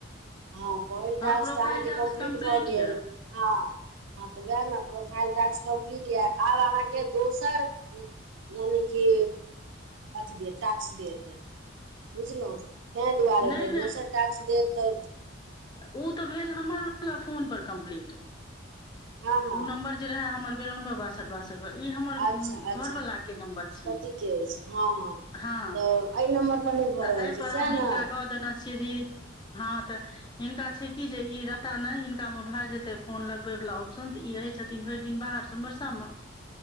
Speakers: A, on the right (about 65°); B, on the left (about 20°).
A: हँ पहिल टाॅस्क
B: हँ प्रोफाइल
A: तऽ अहाँकेँ
B: टास्क
A: कम्प्लीट भऽ गेल
B: यऽ
A: हँ हँ तऽ वएह ने प्रोफाइल टाॅस्क कम्प्लीट य आब अहाँके दोसर। यानि कि अथी दे टाॅक्स देत बुझलो ते दुआरे
B: नहि
A: तऽ दोसर टाॅक्स देत तऽ
B: उ तऽ भैल हमर वला फोन पर कम्प्लीट।
A: हँ हँ
B: उ नम्बर जे रहै हम र इ हमर
A: अच्छा अच्छा
B: घरवाला केँ नंम्बर छी
A: पतिके अछि हँ
B: हँ।
A: तऽ एहि नम्बरपर नहि भऽ
B: तऽ
A: रहल
B: एहिपर
A: छै सएह
B: हम हिनका
A: ने
B: कऽ दऽ देने छियै जे। हँ तऽ हिनका छै की जे ई रहता नय हिनका मे भए जेते फोन लगबे वला आ उ सन ई रहय छथिन भरि दिन बाहर सोनबरसा मऽ